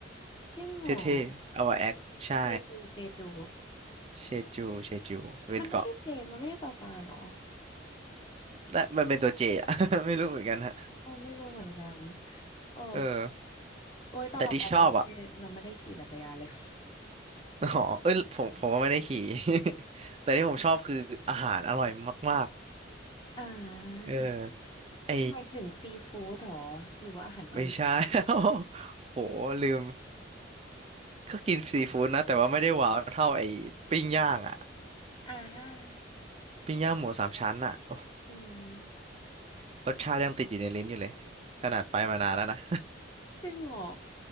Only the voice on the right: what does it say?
<laughs> เท่ๆเอามาแอคใช่
เชจูเชจูเป็นเกาะ
และมันเป็นตัวเจอะ <laughs> ไม่รู้เหมือนกันฮะ
เออ
แต่ที่ชอบอ่ะ
อ๋อเอ้ยผมผมก็ไม่ได้ขี่ <laughs> แต่ที่ผมชอบคืออาหารอร่อยมาก
ๆเออไอ
ไม่ใช่ <laughs> โห ลืม ก็กินซีฟู้ดนะ แต่ว่าไม่ได้ว้าวเท่าไอปิ้งย่างอ่ะ
ปิ้งย่างหมูสามชั้นอ่ะโอ้
รสชาติยังติดอยู่ในลิ้นอยู่เลย ขนาดไปมานานแล้วนะ